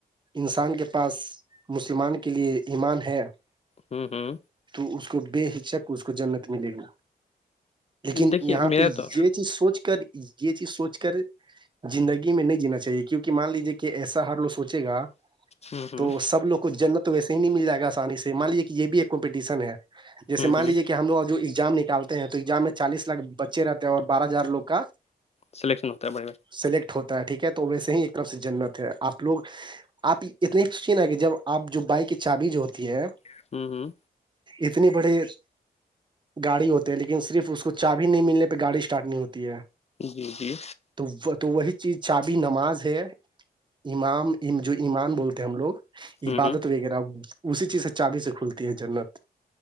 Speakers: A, on the right; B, on the left.
A: انسان کے پاس مسلمان کے لیے ایمان ہے
B: ہوں ہوں
A: تو اس کو بے ہچک اس کو جنت ملے گی لیکن
B: دیکھیے
A: یہاں
B: میرا
A: پہ
B: تو
A: یہ چیز سوچ کر یہ چیز سوچ کر زندگی میں نہیں جینا چاہیے کیونکہ مان لیجے کہ ایسا ہر لوگ سوچے گا
B: ہوں ہوں
A: تو سب لوگ کو جنت تو ویسے ہی نہیں مل جائے گا آسانی سے مان لیجیے کہ یہ بھی ایک کمپٹیشن ہے جیے
B: ہوں
A: مان
B: ہوں
A: لیجیے کہ ہم لوگ جو ایگزام نکالتے ہیں تو ایگزام میں چالیس لاکھ بچے رہتے ہیں اور بارہ ہزار لوگ کا
B: سلیکشن ہوتا ہے بڑے
A: سلیکٹ ہوتا ہے ٹھیک ہے تو ویسے ہی ایک طرف سے جنت ہے آپ لوگ آپ اتنی سوچیے نا کہ جب آپ جو بائک کی چابھی جو ہوتی ہے
B: بھائی ہ
A: اتنی بڑی گاڑی ہوتی لیکن صرف اس کو چابھی نہیں ملنے پہ گاڑی اسٹارٹ نہیں ہوتی ہے
B: جی جی
A: تو وہ تو وہی چیز چابھی نماز ہے ایمان جو ایمان بولتے ہیں ہم لوگ
B: ہ
A: عبادت وغیرہ بول اسی چیز سے چابھی سے کھلتی ہے جنت